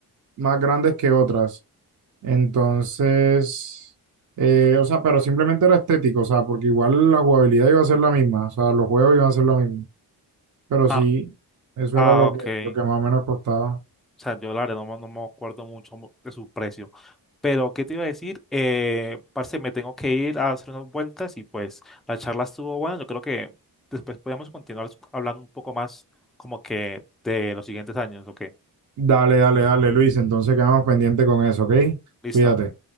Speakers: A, on the right (about 45°); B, in the centre.
A: más grandes que otras. Entonces, eh, o sea, pero simplemente era estético, o sea, porque igual la jugabilidad iba a ser la misma, o sea, los juegos iban a ser lo mismo. Pero
B: Ah,
A: sí, eso
B: ah,
A: era lo
B: ok.
A: que, lo que más o menos costaba.
B: O sea, yo la verdad no, me no me acuerdo mucho mu- de su precio. Pero, ¿qué te iba a decir? Eh, parce, me tengo que ir a hacer unas vueltas y pues la charla estuvo buena. Yo creo que después podemos continuar hablando un poco más como que de los siguientes años, ¿o qué?
A: Dale, dale, dale, Luis. Entonces quedamos pendientes con eso, ¿ok?
B: Listo.
A: Cuídate.